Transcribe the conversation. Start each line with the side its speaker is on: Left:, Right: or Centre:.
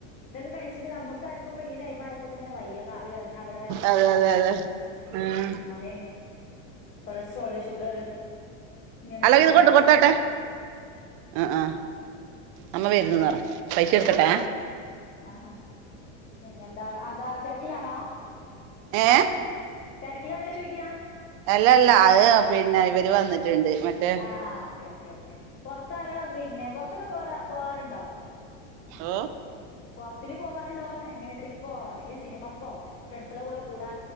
Left: ഇതൊക്കെ കഴിച്ചിട്ട്നമ്മുക്കാർക്കും ഇപ്പ ഇ ടൈ ആയപ്പോ തന്നെ വയ്യാ കാൽവേദ ന അവിടെ വേദന
Right: അതെ
Left: ഇവിടെ വേദന
Right: അതെ അതെ
Left: ഉ
Right: ആഹ്
Left: അതെന്നെ കൊളസ്ട്രോള് ഷുഗർ ഇങ്ങനെയൊക്കെയാണ്
Right: അല്ലങ്കിൽ ഇത് കൊണ്ട് കൊടുത്തട്ടെ ആ ആ അമ്മ വരുന്നുന് പറ പൈസ ഇടുക്കട്ടെ
Left: ആ പിന്നെ എന്താ എന്താ തിരക്കിലാണോ
Right: ഏ
Left: തെരക്കിലാണോ ചോയ്ക്ക
Right: അല്ല അല്ല അത് പിന്നെ ഇവര് വന്നി ട്ടിണ്ട് മറ്റേ
Left: ആ ഓക്കെ ഓക്കെ ഓക്കെ പൊറത്താര പിന്നെ പൊറത്തൊക്കെ പോ പോകാറ് <unintelligible>
Right: ഓ
Left: പൊറത്തില് പോവാറുണ്ടോ എങ്ങനെ ട്രിപ്പോ അല്ലെങ്കിൽ സിനിമക്കോ ഫ്രണ്ട്സിന്റെ കൂടെ കൂ